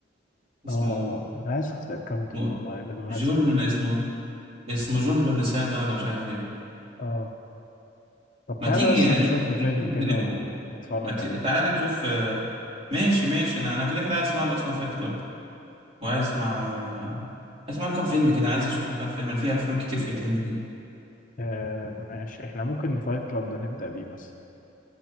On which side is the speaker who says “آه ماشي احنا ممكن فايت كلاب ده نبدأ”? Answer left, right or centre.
Left